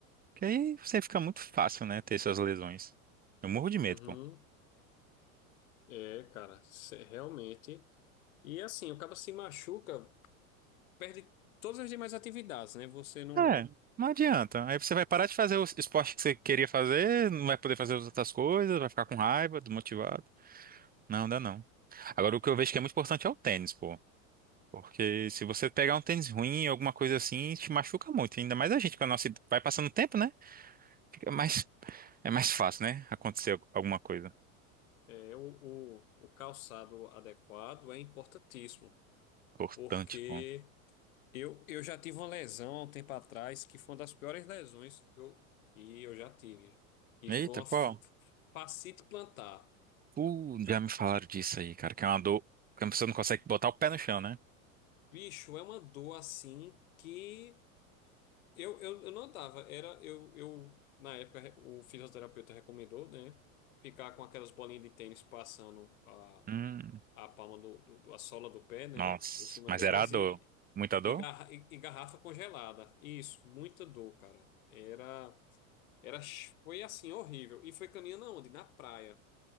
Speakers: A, on the right; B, on the left.
A: Porque aí você fica muito fácil, né? Ter essas lesões. Eu morro de medo,
B: Uhum.
A: pô.
B: É, cara, se- realmente. E assim, o cara se machuca, perde todas as demais atividades, né? Você não
A: É, não adianta. Aí você vai parar de fazer o esporte que você queria fazer, não vai poder fazer as outras coisas, vai ficar com raiva, desmotivado. Não, dá não. Agora, o que eu vejo que é muito importante é o tênis, pô. Porque se você pegar um tênis ruim, alguma coisa assim, te machuca muito. Ainda mais a gente, com a nossa... Vai passando o tempo, né? Fica mais... <laughs> É mais fácil, né? Acontecer al- alguma coisa
B: é o, o, o calçado adequado é importantíssimo,
A: importante,
B: porque
A: pô.
B: Eu, eu já tive uma lesão há um tempo atrás que foi uma das piores lesões que eu, que eu já tive. E
A: Eita,
B: foi uma
A: qual?
B: f- f- fascite plantar.
A: Uh, já me falaram disso aí, cara. Que é uma dor... Que a pessoa não consegue botar o pé no chão, né?
B: Bicho, é uma dor assim que eu, eu, eu não andava. Era, eu, eu, na época, o fisioterapeuta recomendou, né? Ficar com aquelas bolinhas de tênis passando a,
A: Hum,
B: a palma do, do, do- a sola do pé, né?
A: nossa.
B: Por cima
A: Mas
B: delas
A: era a dor.
B: e,
A: Muita dor?
B: e, garra- e e garrafa congelada. Isso, muita dor, cara. Era. Era, ch- foi assim, horrível. E foi caminhando aonde? Na praia,